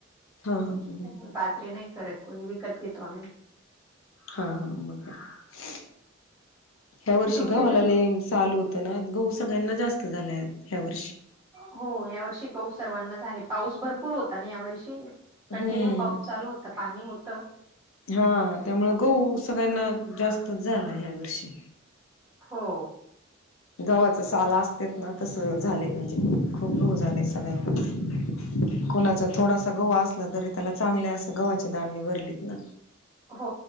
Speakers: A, on the left; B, on the right.
A: हा हा
B: त्यामुळे
A: ह.
B: बाजरी नाही करत कोणी विकत घेतो आम्ही
A: हा मग काय ह्या वर्षी
B: तुमच्याकडे?
A: गव्हाला लय चालू होतं ना गहू सगळ्यांना जास्त झालंय ह्या वर्षी
B: हो यावर्षी गहू सर्वांना झाले पाऊस भरपूर होता ना यावर्षी. कंटिन्यू
A: हम्म.
B: पाऊस चालू होता पाणी होतं.
A: हा त्यामुळं गहू सगळ्यांना जास्तच झाला ह्या वर्षी
B: हो!
A: गव्हाच साला असत्यात ना तसं झालंय म्हणजे खूप घोळ झालांय सगळ्यांना कुणाचा थोडासा गहू असला तरी त्याला चांगल्या असं गव्हाचे दाणे भरलीत ना
B: हो